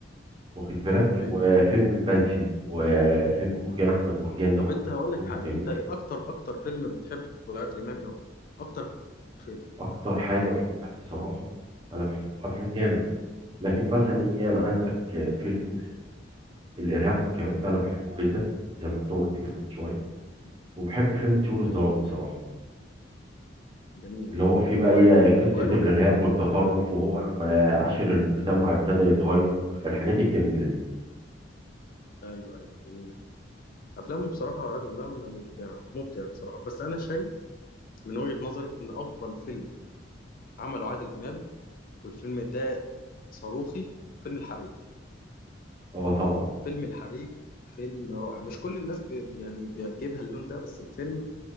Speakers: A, on the right; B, on the left.
A: واخد بالك
B: ايوه
A: وفيلم
B: ايوه
A: المنسي وفيلم مرجان أحمد مرجان ده
B: طب
A: برضه
B: انت هقول لك
A: كوميدي
B: حاجة
A: جميل
B: انت اكتر اكتر فيلم بتحبه لعادل امام ايه هو؟ اكتر فيلم
A: أكتر حاجة بحبها بصراحة أنا بحب له أفلام ياما لكن مثلا إيه أنا عندك
B: مم.
A: فيلم الإرهاب والكباب ده أنا بحبه جدا زي ما أنت قلت كده من شوية
B: مم.
A: وبحب فيلم طيور الظلام
B: ايوه
A: بصراحة
B: جميل
A: اللي
B: الاثنين
A: هو فيه
B: جميل
A: بقى
B: تقال
A: ايه قصة
B: تقال
A: الإرهاب
B: وحلوين
A: والتطرف وهو لما عاشر المجتمع ابتدى يتغير والحاجات الجميلة دي
B: ايوه ايوه جميل افلامه بصراحة عادل امام مبدع مبدع بصراحة بس انا شايف من وجهة نظري ان افضل فيلم عمله عادل امام والفيلم ده صاروخي فيلم الحريف
A: اه طبعا
B: فيلم الحريف فيلم رائع مش كل الناس ب... يعني بيعجبها اللون ده بس الفيلم